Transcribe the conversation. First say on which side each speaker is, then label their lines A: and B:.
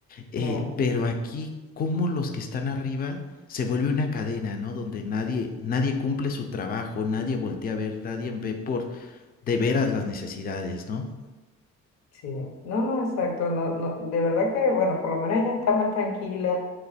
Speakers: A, on the left; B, on the left.
A: Eh,
B: claro,
A: pero aquí, como los que están arriba... Se vuelve una cadena, ¿no? Donde nadie, nadie cumple su trabajo, nadie voltea a ver, nadie ve por de veras las necesidades, ¿no?
B: sí. No, no, exacto, no, no, de verdad que, bueno, por lo menos ella está más tranquila.